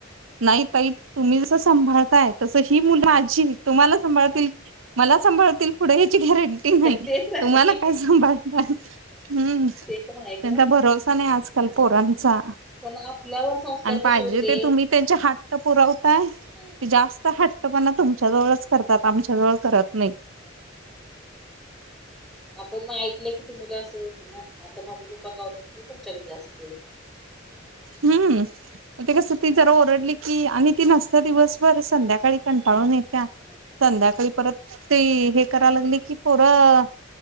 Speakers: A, on the right (about 85°); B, in the centre.
A: नाई ताई तुम्ही जस सांभाळताय तस ही मुलं ची तुम्हाला सांभाळतील मला सांभाळतील पुढे याची गॅरंटी नाही
B: तेच आहे
A: तुम्हाला काय सांभाळतात हम्म
B: ते
A: त्यांचा
B: पण आहे खरं आता
A: भरोसा आजकाल पोरांचा
B: पण आपल्यावर संस्कार
A: आणि पाहिजे
B: कसे होते
A: ते तुम्ही त्यांचे हट्ट पुरवताय
B: हम्म
A: ते जास्त ह हट्टपणा तुमच्या जवळच करतात आमच्या जवळ करत नाईत.
B: हम्म. आपण ऐकलं किती मुलं असंच ना आता मम्मी, पप्पा कावतात म्हटल्याव तुच्याकड जास्त.
A: हम्म म ते कस ती जरा ओरडली की आणि ती नसत्या दिवस बर
B: हम्म
A: संध्याकाळी कंटाळून येत्या
B: हम्म
A: संध्याकाळी परत ते हे कराय लागली की पोरं